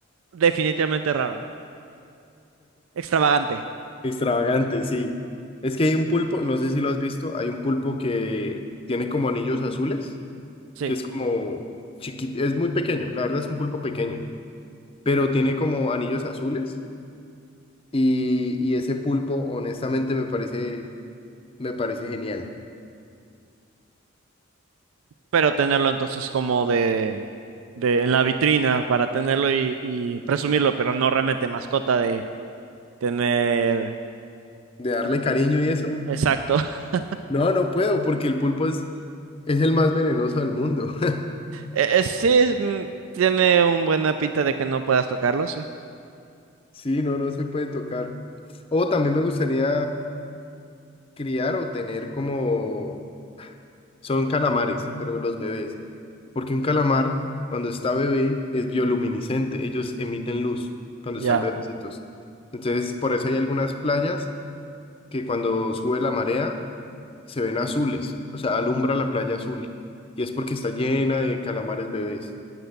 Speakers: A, on the right (about 75°); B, on the left (about 25°).
A: definitivamente raro, extravagante,
B: Extravagante, sí. Es que hay un pulpo, no sé si lo has visto, hay un pulpo que tiene como anillos azules,
A: sí.
B: que es como chiquito, es muy pequeño, la verdad es un pulpo pequeño, pero tiene como anillos azules y, y ese pulpo honestamente me parece Me parece genial.
A: Pero tenerlo entonces como de, de en la vitrina para tenerlo y, y presumirlo, pero no realmente mascota de tener...
B: De darle cariño y eso.
A: Exacto. <laughs>
B: No, no puedo porque el pulpo es, es el más venenoso del mundo. <laughs>
A: Eh, eh, sí, mm, tiene un buena pinta de que no puedas tocarlo, sí.
B: Sí, no, no se puede tocar. O también me gustaría criar o tener como... Son calamares, pero los bebés. Porque un calamar, cuando está bebé, es bioluminiscente. Ellos emiten luz cuando están
A: Ya.
B: bebecitos. Entonces, por eso hay algunas playas que cuando sube la marea, se ven azules, o sea, alumbra la playa azul. Y es porque está llena de calamares bebés.